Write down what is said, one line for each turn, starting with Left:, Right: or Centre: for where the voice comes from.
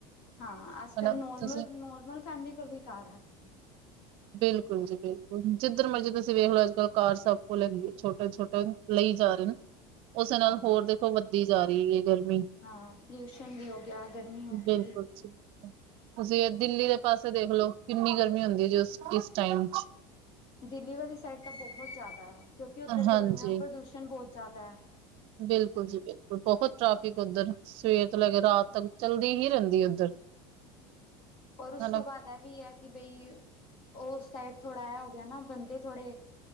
Left: ਹਾਂ ਅੱਜ
Right: ਹਨਾ
Left: ਕੱਲ੍ਹ ਨੋਰਮਲ,
Right: ਤੁਸੀਂ
Left: ਨੋਰਮਲ ਫੈਮਿਲੀ ਕੋਲ ਵੀ ਕਾਰ ਐ।
Right: ਬਿਲਕੁਲ ਜੀ ਬਿਲਕੁਲ ਜਿੱਧਰ ਮਰਜੀ ਤੁਸੀਂ ਵੇਖ ਲਓ ਅੱਜ ਕੱਲ ਕਾਰ ਸਭ ਕੋਲ ਹੈਗੀ ਛੋਟੇ ਛੋਟੇ ਲਈ ਜਾ ਰੇ ਨ। ਓਸੇ ਨਾਲ
Left: ਹਾਂ
Right: ਹੋਰ
Left: ਹਾਂ
Right: ਦੇਖੋ ਵੱਧਦੀ ਜਾ ਰਹੀ ਏ ਗਰਮੀ।
Left: ਹਾਂ ਪੋਲਿਊਸ਼ਨ ਵੀ ਹੋ ਗਿਆ ਗਰਮੀ ਹੋ
Right: ਬਿਲਕੁਲ
Left: ਗੀ।
Right: ਜੀ ਬਿਲਕੁਲ। ਤੁਸੀਂ ਐ ਦਿੱਲੀ ਦੇ ਪਾਸੇ ਦੇਖ ਲਓ ਕਿੰਨੀ ਗਰਮੀ ਹੁੰਦੀ ਏ ਜੋ ਇਸ ਟਾਈਮ 'ਚ।
Left: ਦਿੱਲੀ ਵਾਲੀ ਸਾਈਡ ਤਾਂ ਬੋਹਤ ਜਾਦਾ ਐ ਕਿਉਂਕਿ ਉੱਧਰ
Right: ਹਾਂਜੀ
Left: ਗੱਡੀਆਂ ਪ੍ਰਦੂਸ਼ਣ ਬੋਹਤ ਜਾਦਾ ਐ।
Right: ਬਿਲਕੁਲ ਜੀ ਬਿਲਕੁਲ ਬੋਹਤ ਟਰਾਫ਼ੀਕ ਉੱਧਰ ਸਵੇਰ ਤੋਂ ਲੈ ਕੇ ਰਾਤ
Left: ਹਾਂ
Right: ਤੱਕ। ਚੱਲਦੀ ਹੀ ਰਹਿੰਦੀ ਉੱਧਰ।
Left: ਔਰ ਉਸ
Right: ਹਨਾ
Left: ਤੋਂ ਬਾਦ ਐ ਵੀ ਐ ਕਿ ਬਈ ਓਸ ਸਾਈਡ ਥੋੜਾ ਐ ਹੋ ਗਿਆ ਨਾ ਬੰਦੇ ਥੋੜੇ